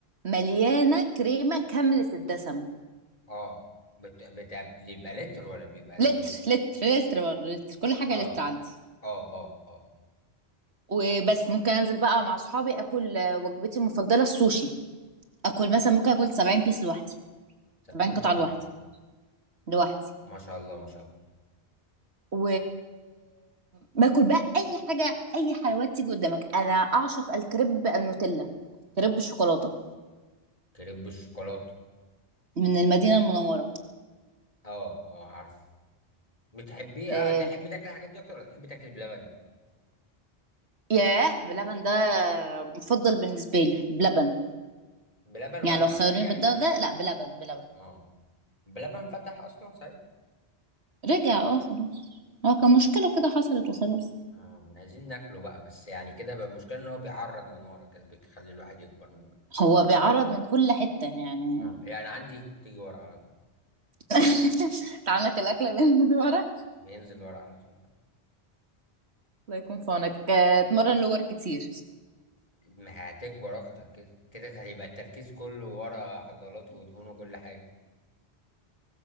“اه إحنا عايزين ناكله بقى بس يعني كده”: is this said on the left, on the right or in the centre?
Left